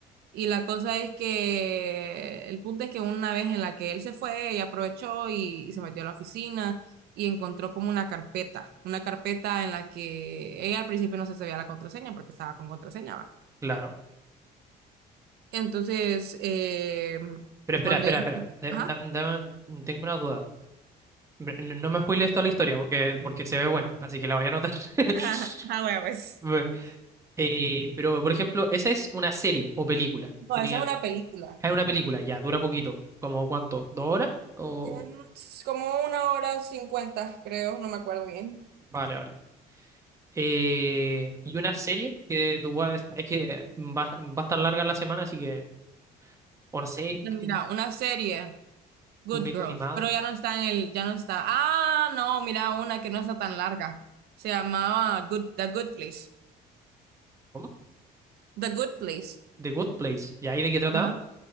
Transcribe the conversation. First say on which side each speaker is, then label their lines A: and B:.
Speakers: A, on the right (about 70°); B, on the right (about 15°).
A: Y la cosa es que el punto es que una vez en la que él se fue, ella aprovechó y, y se metió a la oficina y encontró como una carpeta, una carpeta en la que ella al principio no se sabía la contraseña porque estaba con contraseña, ¿va?
B: claro.
A: Entonces, eh,
B: Pero espera,
A: cuando
B: espera,
A: ella...
B: espera. Eh,
A: Ajá.
B: da- dame- tengo una duda. Pero No, no me spoilees toda la historia porque, porque se ve bueno así que la voy a anotar. <laughs>
A: <laughs> Ah, bueno, pues.
B: Bueno, eh, pero, por ejemplo, esa es una serie o película.
A: No,
B: Tenía,
A: esa es una película.
B: es una película, ya, dura poquito. ¿Como cuánto? ¿Dos horas? O...
A: Mm, Es como una hora cincuenta, creo, no me acuerdo bien.
B: Vale, vale. Eh, y una serie que tú puedas, es que va, va a estar larga la semana, así que, o no sé,
A: Pues Mira,
B: qué-
A: una serie, Good
B: un mito
A: Girl,
B: animado.
A: pero ya no está en el, ya no está. Ah, no, mira, una que no está tan larga. Se llamaba Good, The Good Place.
B: ¿Cómo?
A: The Good Place.
B: The Good Place. ¿Y ahí de qué trataba?
A: Ajá.